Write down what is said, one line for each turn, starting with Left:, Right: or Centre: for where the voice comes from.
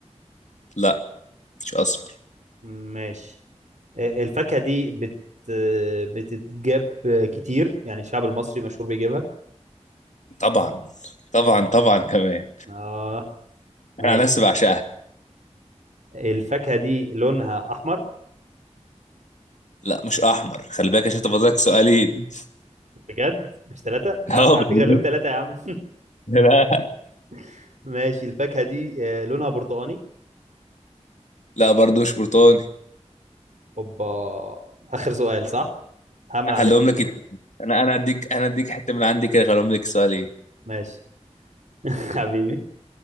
Left: لا مش اصفر
Right: ماشي الفاكهة دي بت بتتجاب كتير يعني الشعب المصري مشهور بيجيبها
Left: طبعا طبعا طبعا كمان
Right: اه ماشي
Left: انا عن نفسي بعشقها
Right: الفاكهة دي لونها أحمر
Left: لا مش احمر خلي بالك عشان تفضلك سؤالين
Right: بجد مش ثلاثة
Left: <laughs>
Right: يا عم
Left: اه
Right: هتغلوهم
Left: بجد.
Right: ثلاثة يا عم
Left: لا
Right: <laughs> ماشي الفاكهة دي آه، لونها برتقاني
Left: لا برضو مش برتقاني
Right: اوبا آخر سؤال صح هعمل
Left: هخليهم
Right: عليه ال-
Left: لك اتنين. انا انا اديك انا اديك حته من عندي كده هخليهم لك سؤالين
Right: ماشي <laughs> حبيبي